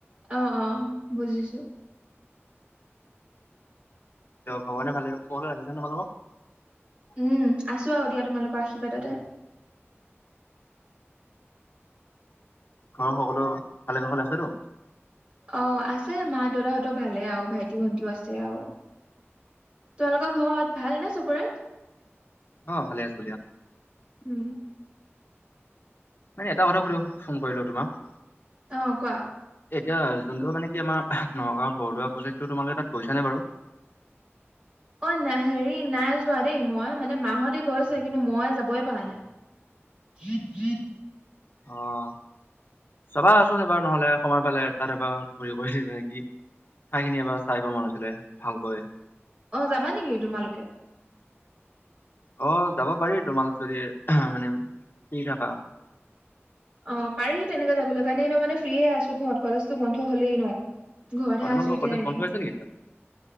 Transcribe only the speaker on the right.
অ-অ বুজিছো,
উম আছো আৰু দিয়া তোমালোকৰ আশীৰ্বাদতে।
অ' আছে মা দেউতাহঁতৰ ভালেই আৰু ভাইটি-ভন্টিও আছে আৰু তোমালোকৰ ঘৰত ভালনে চবৰে?
উম,
অ' কোৱা?
অ' না হেৰি নাই যোৱা দেই মই মানে মাহতে গৈছে কিন্তু মই যাবই পৰাই নাই।
অ' যাবা নেকি তোমালোকে?
অ পাৰিহি তেনেকে যাবলৈ কাৰণে ন মানে ফ্ৰি আছো ঘৰত কলেজটো বন্ধ হলেই ন। ঘৰতহে
আছো এতিয়া
এনেই